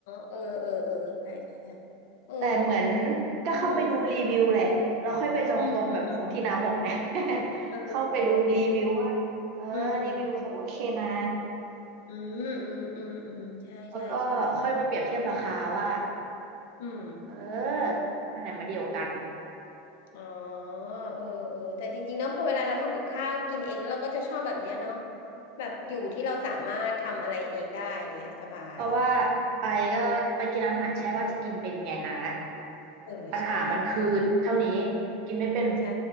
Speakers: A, on the left; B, on the right.
A: เออเออเออเออเออใช่ใช่ใช่เออ
B: แต่เหมือนก็เข้าไปดูรีวิวแหละแล้วค่อยไปจองตรงแบบของที่น้าบอกไง
A: อืมอืมอืมอืม
B: <laughs>
A: เออเออ
B: เข้าไปดูรีวิวว่าเออรีวิวเขาโอเคนะ
A: อืมอืมอืมอืมอืมใช่ใช่ใช่
B: แล้วก็ค่อยมาเปรียบเทียบราคาว่า
A: อืมอืม
B: เอออันไหนมาเดียวกัน
A: อ๋อเออเออแต่จริงๆเนาะพอเวลาเราทำกับข้าวกินเองแล้วเราก็จะชอบแบบเนี้ยเนาะแบบอยู่ที่เราสามารถทำอะไรเองได้เนี้ยสบาย
B: เพราะว่าไปก็ไปกินร้านอาหารใช่ว่าจะกินเป็นไงนะ
A: เออใช่
B: ปัญหามันคือเท่านี้กินไม่เป็น
A: ใช่